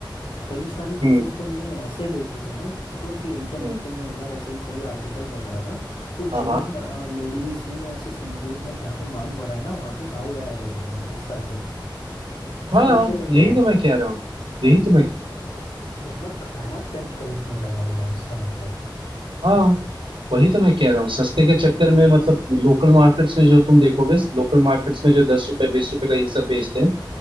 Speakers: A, on the left; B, on the right.
A: कई सारे केसेस
B: हम्म
A: तो मैंने ऐसे देखे थे ना मतलब कि इंटरनेट
B: हम्म,
A: पे मैं एक बार ऐसे ही कोई आर्टिकल पढ़ रहा था तो
B: हाँ
A: जिन लेडीज ने ऐसे सिंदूर में जहाँ पे मांग भरा है ना वहाँ के बाल गायब हो गए उनके सर के
B: हाँ
A: समझ
B: हाँ
A: रहे
B: यही
A: हो आप
B: तो मैं कह रहा हूँ यही तो मैं
A: तो कि- कितना खतरनाक केमिकल उसमें डला हुआ है इसका मतलब
B: हाँ वही तो मैं कह रहा हूँ सस्ते के चक्कर में मतलब लोकल मार्केट्स में जो तुम देखोगे लोकल मार्केट्स में जो दस रुपए बीस रुपए का ये सब बेचते हैं